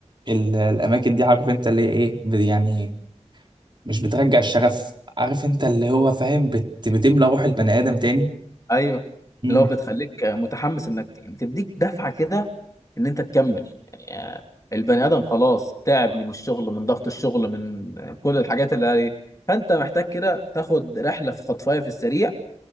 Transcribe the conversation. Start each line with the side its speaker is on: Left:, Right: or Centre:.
Right: ال- الأماكن دي عارف أنت اللي هي إيه بت- يعني مش بترجع الشغف عارف انت اللي هو فاهم بت... بتملى روح البني ادم تاني
Left: ايوه
Right: امم
Left: اللي هو بتخليك متحمس انك يعني تديك دفعه كده ان انت تكمل يعني آه، البني ادم خلاص تعب من الشغل من ضغط الشغل من كل الحاجات اللي عليه فانت محتاج كده تاخد رحله في خطفايه في السريع